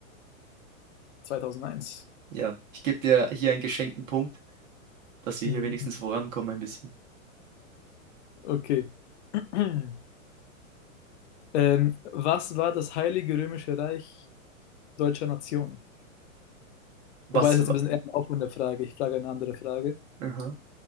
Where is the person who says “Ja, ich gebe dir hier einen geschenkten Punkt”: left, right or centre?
Right